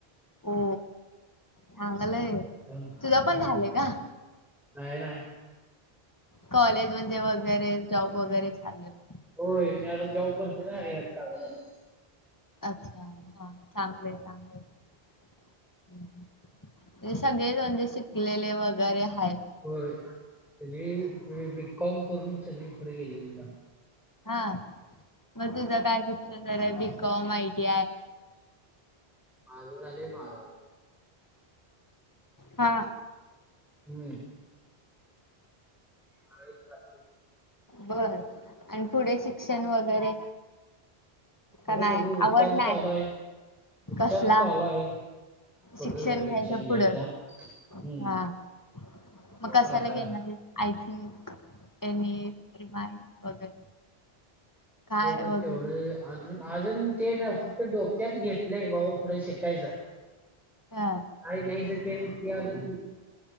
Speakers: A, on the left; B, in the centre.
A: हो चांगलंय
B: हम्म
A: तुझा पण झालंय का
B: नाही ना
A: कॉलेज म्हणजे वगैरे जॉब वगैरे चालू आहे
B: होय मी आता जॉब करते ना कागल एमआयडीसी
A: अच्छा हा चांगले चांगले सगळेच म्हणजे शिकलेले वगैरे आहेत
B: हो सगळी बी कॉम करून सगळी पुढे गेलेली
A: हा बसूचा काय शिक्षण झाे बीकॉम आयटी आय
B: माझं झालं बारावी
A: हा
B: हम्म बारावी पास
A: बर आणि पुढे शिक्षण वगैरे
B: पुढं
A: का नाहीय
B: बघू विचार
A: आवड नाय
B: चालू आहे. विचार
A: कसला
B: चालू आहे पुढं
A: शिक्षण
B: ऍडमिशन
A: घ्यायचं
B: घ्यायचा.
A: पुढं,,
B: हम्म
A: हा. मी
B: बघू
A: कशाला
B: आता
A: घेणार ये आय थिंक, त्यांनी रिमाइंड वगैरे काय
B: बघू
A: वगैरे
B: तेवढे आ अजून ते नं फक्त डोक्यात घेतलंय,, बाबा पुढे शिकायचंय
A: हा
B: कात घ्यायचं ते नक्की अजून फिक्स